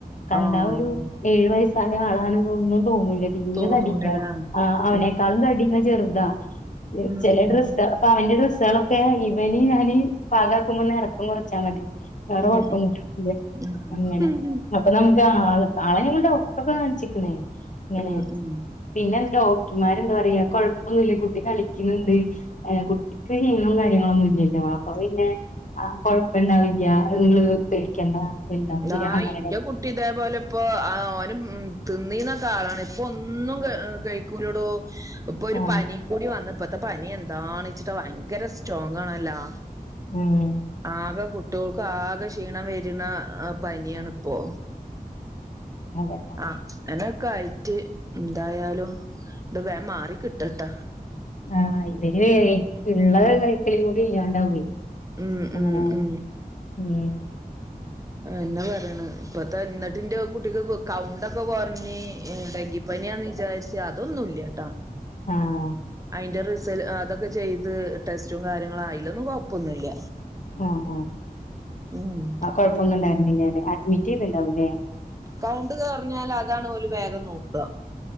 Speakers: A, on the left; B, on the right.
A: കണ്ടാ
B: ആഹ്
A: ഒരു ഏഴു വയസ്സായ ആളാണ് ഒന്നും തോന്നൂല്ലതീരെ
B: തോന്നൂലല്ലേ
A: തടിയില്ലാന്ന് അവനേക്കാളും
B: ഉം
A: <unintelligible> ചെറുതാ
B: ഉം
A: ചെലഡ്രസ്സിട്ടാ പ്പൊവന്റെ ഡ്രസ്സുകളൊക്കെ ഇവന്ഞാന് പാകാക്കുമ്പോന്ന് ഇറക്കം കൊറച്ചാമതി വേറെ
B: ഉം
A: കൊഴപ്പൊന്നുല്ല
B: ഉം
A: ഇല്ലേ
B: ഉം ഉം
A: അങ്ങനെ ആഹ് അപ്പൊ നമുക്ക്ആള് ആളെ ഞങ്ങളു ഡോക്ടറൊക്കെ കാണിച്ചിക്കണ് ഇങ്ങനെ
B: ഉം ഉം
A: പിന്നെ ഡോക്ടർമാരെന്താ പറയാ കൊഴപ്പൊന്നുല്ല കുട്ടി കളിക്കുന്ന്ണ്ട് <inaudible> <unintelligible> വാപ്പ പിന്നെ ആഹ് കൊഴപ്പൊണ്ടാവില്ല ഇങ്ങള് പേടിക്കണ്ട വലുതാവും ശരിയാവും
B: ആഹ്
A: അങ്ങനെ
B: ന്റെകുട്ടി ഇപ്പൊ ഇതേപോലെയിപ്പോ ഓനും തിന്നീരുന്നൊക്കാളാണ് ഇപ്പൊ ഒന്നും ക കഴിക്കൂലടോ ഇപ്പൊരു
A: ആ
B: പനിംകൂടി വന്നു ഇപ്പത്തെ പനിയെന്താന്ന്ച്ചിട്ടാ ഭയങ്കര സ്റ്റോങ്ങാണല്ലോ
A: ഉം
B: ആകെ കുട്ടിയോൾക്കാകെ ക്ഷീണംവരുന്ന പനിയാണിപ്പോ
A: അതന്നെ
B: ആഹ് എന്നാ <unintelligible> ന്തായാലും ഇത് വേഗം മാറികിട്ടട്ടാ
A: ആഹ് ഇവര് ഇള്ള കയ്ക്കലൂടി ഇല്ലാണ്ടാവേ
B: ഉം
A: അങ്ങനാവുംമ്പോ
B: ഉം ഉം
A: ഉം
B: എന്നാ പറയണ് ഇപ്പത്തെ ഇന്നട്ടിൻ്റെ കുട്ടിക്കു കൗണ്ടൊക്കെ കുറഞ്ഞീ എട ഡെങ്കിപ്പനിയാന്നുവിചാരിച്ച് അതൊന്നുമില്ലാട്ട
A: ആഹ്
B: അയിന്റെ റിസൽ അതൊക്കെ ചെയ്ത് ടെസ്റ്റും കാര്യങ്ങളും അയിലൊന്നും കൊഴപ്പൊന്നുല്ല
A: ആഹ്
B: ഉം
A: ആഹ് കൊഴപ്പൊന്നുണ്ടായിരുന്നില്ല്യാല്ലേ അഡ്മിറ്റുചെയ്തുണ്ടാവൂലേ
B: കൗണ്ടു കൊറഞ്ഞാലതാണു ഓലു വേഗംനോക്ക